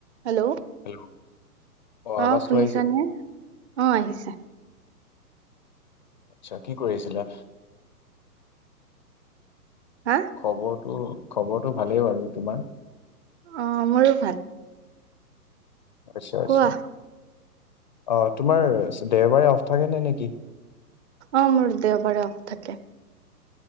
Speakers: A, on the right; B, on the left.
A: Hello
B: hello অ
A: অহ
B: আৱাজটো
A: শুনিছানে
B: আহিছে
A: অহ আহিছে।
B: আচ্ছা কি কৰি আছিলা।
A: হা
B: খবৰটো খবৰটো ভালেই বাৰু তোমাৰ-
A: অহ মোৰো ভাল-
B: আচ্ছা আচ্ছা
A: কোৱা
B: অহ তোমাৰ দেওবাৰে অফ থাকে নে নেকি?
A: অহ মোৰ দেওবাৰে অফ থাকে